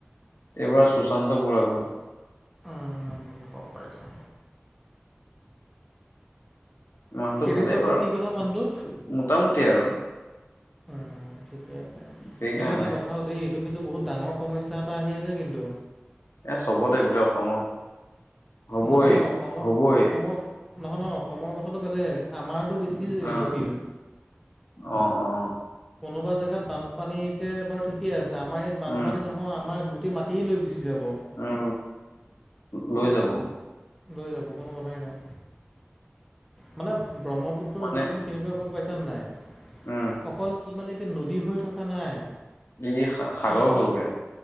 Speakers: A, on the left (about 85°); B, in the centre.
A: এইবাৰ সুশান্ত বুঢ়াাগোহাই।
B: উ গম পাইছোঁ।
A: ইমানটো
B: কেনেকুৱা
A: ভালেই বাৰু
B: বা কি কথা মানুহটো
A: মোটামুটি আৰু।
B: উম, ঠিকে আছে
A: সেইকাৰণে
B: কিন্তু এটা কথাও দেই এইটো কিন্তু বহুত ডাঙৰ সমস্যা এটা আহি আছে কিন্তু।
A: এ চবতে গোটেই অসমত। হবই
B: নহয় অসম
A: হবই
B: অসমৰ নহয় নহয় অসমৰ কথাটো বেলেগ আমাৰতো বেছি
A: উম
B: জটিল
A: অ অহ।
B: কোনোবা জেগাত বানপানী আহিছে বাৰু ঠিকেই আছে, আমাৰ ইয়াত বানপানী
A: উম
B: নহয় আমাৰ মাটি লৈ গৈছে। গুচি যাব,
A: উম লৈ যাব
B: লৈ যাব কোনো কথাই নাই। মানে ব্ৰহ্মপুত্ৰ
A: মানে
B: নদীখন কেনেকুৱা গম পাইছ নে নাই?
A: উম
B: অকল ই মানে এতিয়া নদী হৈ থকা নাই।
A: ই সাগৰ
B: ই অলপ
A: হ'লগে